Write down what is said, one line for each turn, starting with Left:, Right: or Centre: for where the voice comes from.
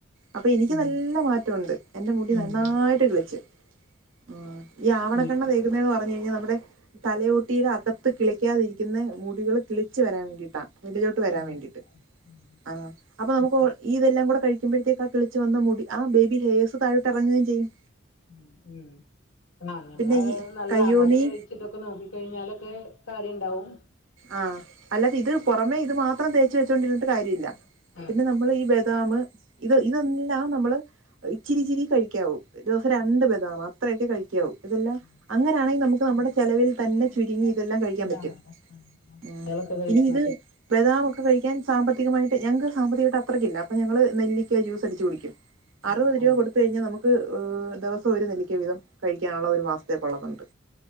Right: അപ്പൊ എനിക്ക്
Left: ഉം
Right: നല്ല മാറ്റമുണ്ട് എന്റെ മുടി
Left: ഉം
Right: നന്നായിട്ട് കിളച്ച് ഉം ഈ ആവണക്കെണ്ണ
Left: എനിക്കിപ്പോ
Right: തേകുന്നതന്ന് പറഞ്ഞു കഴിഞ്ഞാൽ നമ്മുടെ തലയോട്ടിയുടെ അകത്ത് കിളിക്കാതിരി ക്കുന്ന മുടികൾ കിളിച്ച് വരാൻ വേണ്ടിയിട്ടാണ് വെളിയിലോട്ട് വരാൻ
Left: ആ
Right: വേണ്ടിട്ട്
Left: ഉം
Right: ആ അപ്പൊ നമുക്ക്
Left: ശരി
Right: ഇതെല്ലാം കൂടെ കഴി പിക്കുമ്പോഴത്തേ ആ കിളിച്ച് വന്ന മുടി ആ ബേബി ഹേഴ്സ് തയോട്ട്ഇറങ്ങുകയും ചെയ്യും
Left: ഉം ഉം ആ ഞമ്മള്
Right: പിന്നെ ഈ
Left: നല്ല
Right: കയ്യോന്നി
Left: ആഹാരം കഴിച്ചിട്ടൊക്കെ നോക്കിക്കഴിഞ്ഞാലൊക്കെ കാര്യണ്ടാവും
Right: ആ അല്ലാതെ ഇത് പുറമേ ഇത് മാത്രം തേച്ച് വെച്ചോണ്ടിരുന്നിട്ട് കാര്യമില്ല
Left: ആ
Right: പിന്നെ നമ്മള് ഈ ബദാമ് ഇത് ഇതെല്ലാം നമ്മള് ഇച്ചിരിച്ചിരി കഴിക്കാവൂ ദി സം രണ്ട്
Left: ആ
Right: ബദാമ് അത്രയട്ട് കഴിക്കാവും ഇതെല്ലാം
Left: ആ
Right: അങ്ങനാണെങ്കി നമുക്ക്
Left: ആ
Right: നമ്മുടെ
Left: അത്
Right: ചെലവിൽ
Left: കഴിക്കണത്
Right: തന്നെ
Left: നമുക്ക്
Right: ചുരുങ്ങി
Left: എല്ലാറ്റിനും
Right: ഇതെല്ലാം കഴിക്കാൻ
Left: നല്ലതാണല്ലോ
Right: പറ്റും ഉം
Left: കളൊക്കെ കഴിക്കണത്
Right: ഇനി ഇത് ബദാം ഒക്കെ കഴിക്ക ഞാൻ സാമ്പത്തികമായിട്ട് ഞങ്ങക്ക് സാമ്പത്തികമായിട്ട് അത്രയ്ക്ക്ല്ല അപ്പൊ ഞങ്ങള് നെല്ലിക്ക ജ്യൂസ് അടിച്ച് കുടിക്കും
Left: ആ
Right: അറുപത്
Left: ആ
Right: രൂപ
Left: ആ
Right: കൊടുത്ത് കഴിഞ്ഞാ നമുക്ക് ക്ക് ദിവസം ഒരു നെല്ലിക്ക വിധം കഴിക്കാനുള്ള ഒരു മാസത്തേക്കുള്ളതുണ്ട്